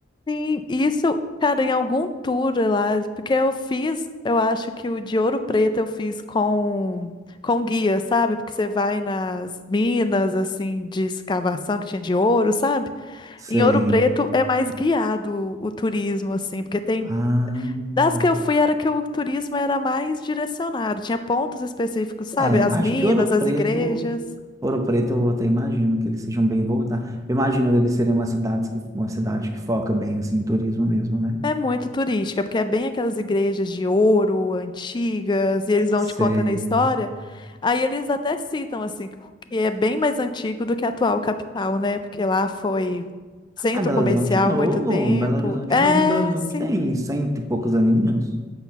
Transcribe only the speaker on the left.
sim. Isso, cara, em algum tour lá, porque eu fiz, eu acho que o de Ouro Preto eu fiz com com guia, sabe? Porque você vai nas minas assim de escavação que tinha de ouro, sabe?
Em Ouro Preto é mais guiado o turismo, assim, porque tem.
Das que eu fui era que o turismo era mais direcionado, tinha pontos específicos, sabe?
As
minas,
as
igrejas.
É muito turística, porque é bem aquelas igrejas de ouro, antigas, e eles vão
te contando a história. Aí eles até citam, assim, que é bem mais antigo do que a atual capital, né? Porque lá foi centro
comercial
muito tempo.
É,
sim.